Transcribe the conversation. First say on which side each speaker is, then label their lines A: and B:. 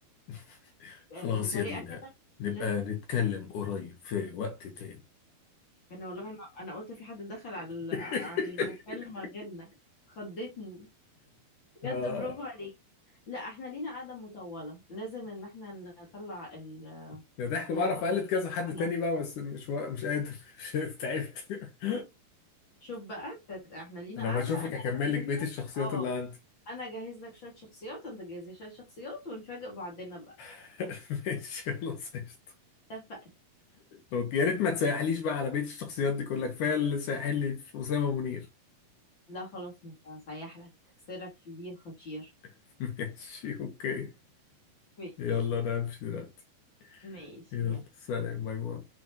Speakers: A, on the left (about 65°); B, on the left (about 35°).
A: <laughs> خلاص
B: بطريقة
A: يا دينا
B: كده
A: نبقى
B: لازم
A: نتكلم قريب في وقت تاني
B: انا والله انا انا قلت في حد دخل على ال-
A: <laughs>
B: على المكالمة غيرنا خضتني بجد
A: اه
B: برافو عليك لا احنا لينا قعدة مطولة لازم ان احنا نطلع ال-
A: ده ضحك
B: المواهب
A: بعرف اقلد
B: المدفونة
A: كذا حد تاني بقى بس مش وا- مش قادر <laughs> مش قادر، تعبت <laughs>
B: شوف بقى تت- احنا لينا
A: لما
B: قعدة
A: اشوفك
B: انا
A: اكمل
B: اجهز
A: لك بقيه
B: لك
A: الشخصيات
B: اه
A: اللي عندي
B: انا اجهز لك شوية شخصيات انت تجهزي شوية شخصيات ونفاجئ بعضنا بقى
A: <laughs> ماشي خلاص قشطة.
B: اتفقنا
A: اوكي يا ريت ما تسيحليش بقى على بقية الشخصيات دي كلها كفاية اللي سايحين لي في أسامة منير
B: لا خلاص مش هسيح لك سرك في دي الخطير
A: <laughs> ماشي اوكي
B: ماشي
A: يلا انا همشي دلوقتي
B: ماشي
A: يلا
B: يلا
A: سلام باي باي